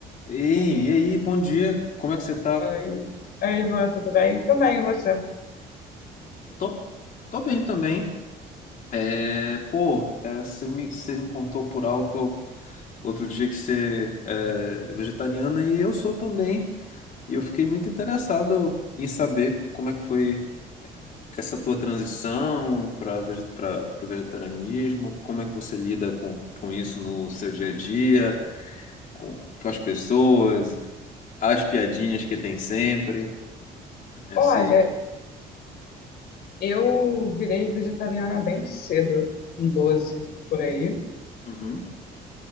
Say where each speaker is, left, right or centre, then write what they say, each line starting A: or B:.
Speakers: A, on the left; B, on the left.
A: Ei, e aí, bom dia, como é que você tá?
B: Oi. Oi, Ivan, tudo bem? Tudo bem, e você?
A: Tô, tô bem também. É, pô, é, você me, você me contou por alto outro dia que você é é vegetariana e eu sou também. E eu fiquei muito interessado em saber como é que foi essa tua transição para para o vegetarianismo, como é que você lida com, com isso no seu dia a dia, com, com as pessoas, as piadinhas que tem sempre. Esse...
B: Olha, eu virei vegetariana bem cedo, com 12 por aí.
A: Uhum,